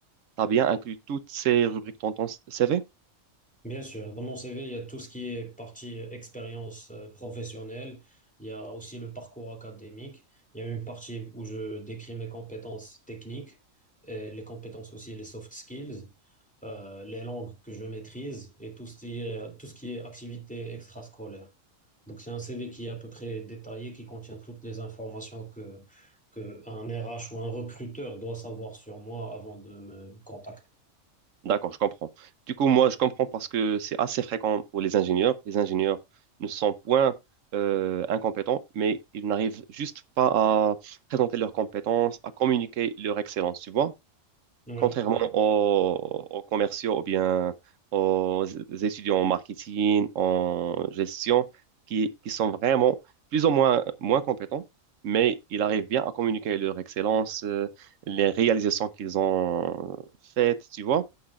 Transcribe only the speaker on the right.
tu as bien inclus toutes ces rubriques dans ton CV?
D'accord, je comprends. Du coup, moi, je comprends parce que c'est assez fréquent pour les ingénieurs. Les ingénieurs ne sont point euh, incompétents, mais ils n'arrivent juste pas à présenter leurs compétences, à communiquer leur excellence, tu vois.
Contrairement aux, aux commerciaux ou bien aux étudiants en marketing, en gestion, qui, qui sont vraiment plus ou moins moins compétents, mais ils arrivent bien à communiquer leur excellence, euh, les réalisations qu'ils ont faites, tu vois.